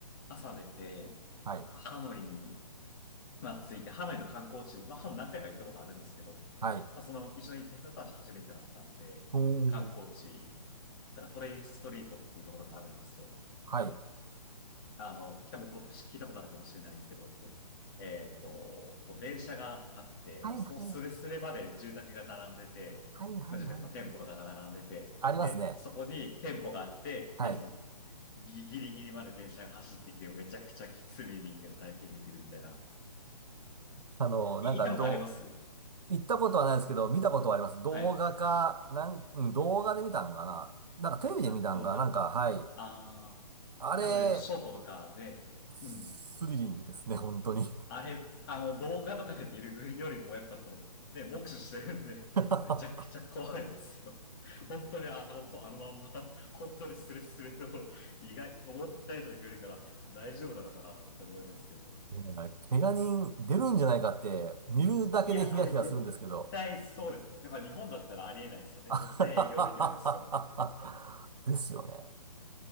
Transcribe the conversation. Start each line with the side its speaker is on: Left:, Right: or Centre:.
Left: 朝出て、
Right: はい、
Left: ハノイにまあ、ついて、ハノイの観光地、まあ、ハノイ何回か行ったことあるんですけど、
Right: はい。
Left: まあ、その、一緒に行った人たち初めてだったんで、
Right: お
Left: 観光地、
Right: ー、
Left: だからトレインストリートっていうところがあるんですよ。
Right: はい。
Left: あの、来たも、僕聞いたことあるかもしれないんですけど、えっと、こう電車があって、
Right: はいはい
Left: もうそのスレスレまで住宅が並んでて、
Right: はいはいはいはいはい。
Left: まあ、住宅、まあ、店舗とかが並んでて、
Right: ありますね。
Left: で、そこに店舗があって、
Right: はい。
Left: で、その、ギギリギリまで電車が走ってきて、めちゃくちゃキスリリングの体験できるみたいな。
Right: あの、なんか、
Left: い行ったことあります
Right: どう、行ったことはないですけど、見たことはあります。動画か、
Left: はい。
Right: なん、うん、動画で見たんかな。なんかテレビで見たんかな。
Left: あ、動画。
Right: なんか、はい。
Left: ああ、
Right: あれ、
Left: 多分、ショートとかで、
Right: スリリングですね、
Left: うん。
Right: 本当に。
Left: あれ、あの、動画とかで見るよりも、やっぱそう、ね、目視してるんで、
Right: <laughs>
Left: めちゃくちゃ怖いですよ。本当にあのと、あのまんま、本当にスレスレのところ、意外、思った以上に来るから、大丈夫なのかなって思いますけど。
Right: うん怪我人出るんじゃないかって、見るだけでヒヤヒヤするんですけど。
Left: いや、あれ絶対そうです。やっぱ日本だったらありえないですよね。
Right: <laughs> あはははははですよね。
Left: 絶対営業できないですよね。